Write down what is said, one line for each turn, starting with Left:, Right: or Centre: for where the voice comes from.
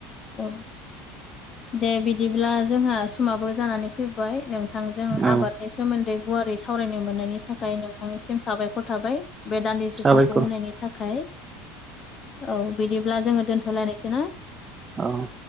Left: औ। दे बिदिब्ला जोंहा समाबो जानानै फैबाय नों थांजों
Right: औ
Left: आबाद नि सोमोन्दै गुवारै सावरायनो मोननायनि थाखाय नोंथांनिसिम साबायखर थाबाय बे दान्दि से
Right: साबायखर
Left: समखौ होनायनि थाखाय औ बिदिब्ला जोङो दोनथ लायनोसै ना?
Right: अह।